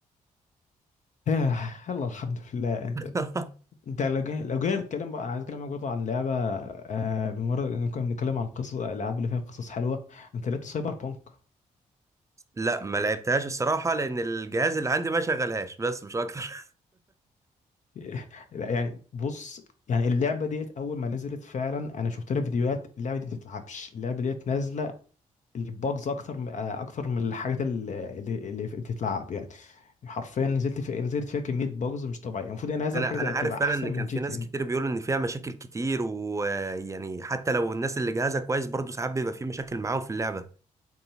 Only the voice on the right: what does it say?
<laughs>
لا ما لعبتهاش الصراحة لان الجهاز اللي عندي ما شغلهاش بس مش اكتر
<laughs>
انا
انا عارف
فعلا
ان كان
في
ناس
كتير بيقولوا ان فيها مشاكل كتير ويعني حتى لو الناس اللي جهازها كويس برضه ساعات بيبقى في مشاكل معاهم في اللعبة